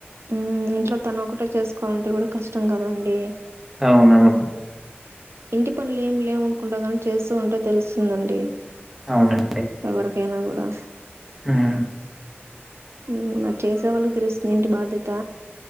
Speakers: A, on the right (about 80°); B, in the centre.
A: ఉమ్మ్ ఇంట్లో తను ఒకటే చేసుకోవాలంటే కూడా కష్టం కదండి
B: అవునవును
A: ఇంటి పనులు ఏం లేవునుకుంటాగానీ చేస్తూ ఉంటే తెలుస్తుందండి
B: అవునం <unintelligible>
A: ఎవరికైనా కూ <unintelligible>
B: ఉమ్
A: <inaudible> అది చేసే వాళ్ళకి తెలుస్తుంది ఇంటి బాధ్యత